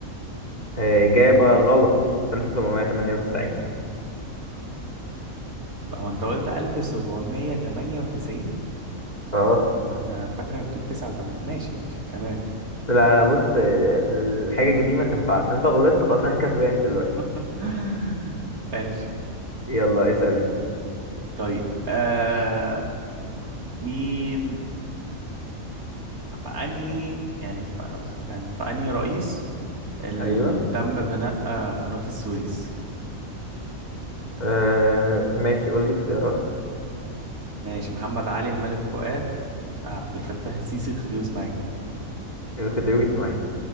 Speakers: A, on the left; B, on the right.
A: إجابة غلط 1798
B: هو انت قلت 1798
A: اه
B: انا فاكره انك بتقول 89 ماشي ماشي تمام
A: لا لا بص آه، الحاجة دي ما تنفعش انت غلطت خلاص انا كسبان دلوقتي
B: <laughs> ماشي
A: يلا اسأل انت
B: طيب آه مين في انهي يعني في كان في انهي رئيس اللي
A: ايوه
B: تم بناء آه، قناة السويس
A: آه ماشي قول لي اختيارات
B: ماشي محمد علي الملك فؤاد عبد الفتاح السيسي الخديوي اسماعيل
A: الخديوي اسماعيل